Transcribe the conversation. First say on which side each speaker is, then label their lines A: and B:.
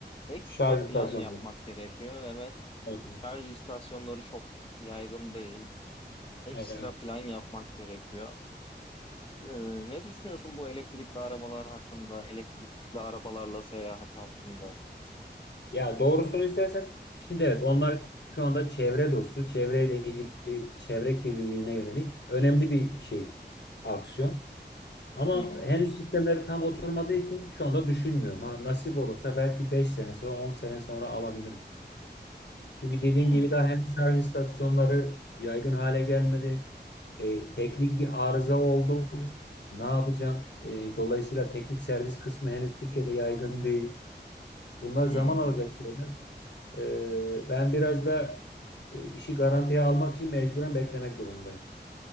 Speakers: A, on the left; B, on the left.
A: ekstra
B: Şarj
A: plan
B: istasyonu.
A: yapmak gerekiyor. Evet.
B: Evet.
A: Şarj istasyonları çok yaygın değil. Ekstra
B: Evet.
A: plan yapmak gerekiyor. Ee, ne düşünüyorsun bu elektrikli arabalar hakkında, elektrikli arabalarla seyahat hakkında?
B: Ya doğrusunu istersen şimdi evet onlar şu anda çevre dostu, çevreyle ilgili çevre kirliliğine yönelik önemli bir şey aksiyon. Ama
A: Hı hı,
B: henüz sistemleri tam oturmadığı için şu anda düşünmüyorum. Ha, nasip olursa belki 5 sene sonra 10 sene sonra alabilirim. Çünkü dediğin
A: hı
B: gibi daha henüz şarj istasyonları yaygın hale gelmedi. E, teknik bir arıza oldu. Ne yapacağım? E, dolayısıyla teknik servis kısmı henüz Türkiye'de yaygın değil. Bunlar zaman
A: hı, hı.
B: alacak şeyler. Ee, ben biraz da e, işi garantiye almak için mecburen beklemek durumundayım.